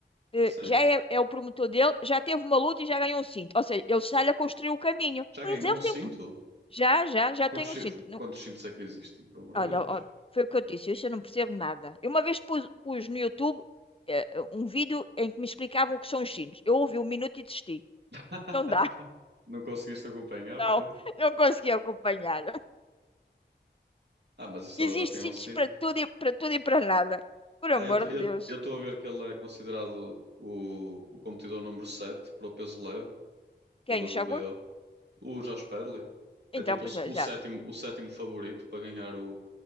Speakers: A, on the left (about 30°); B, on the right (about 65°).
A: Eh,
B: Sim.
A: Já é, é o promotor dele. Já teve uma luta e já ganhou um cinto. Ou seja, ele está-lhe a construir o caminho.
B: Já
A: Mas
B: ganhou
A: ele
B: um cinto?
A: tem... Já, já, já
B: Quantos,
A: tem
B: chi-
A: um cinto. Não-
B: quantos cintos é que existem, pelo amor
A: Olha,
B: de Deus?
A: ó, foi o que eu disse. Isso eu não percebo nada. Eu uma vez pus, pus no YouTube eh, um vídeo em que me explicavam o que são os cintos. Eu ouvi um minuto e desisti.
B: <laughs>
A: Não dá. <laughs>
B: Não conseguiste acompanhar,
A: Não,
B: foi?
A: não consegui acompanhar.
B: Ah, mas isso ela
A: Existe
B: já tem um
A: sítios
B: cinto.
A: para tudo e para tudo e para nada. Por
B: Ah,
A: amor
B: eu estou eu,
A: de Deus.
B: eu tô a ver que ele é considerado o, o competidor número 7 para o peso leve
A: Quem
B: da WBO.
A: o Shakur?
B: O O Josh Pedley.
A: Então,
B: É tipo
A: pois
B: o, s-
A: é,
B: o
A: exato.
B: sétimo, o sétimo favorito para ganhar o,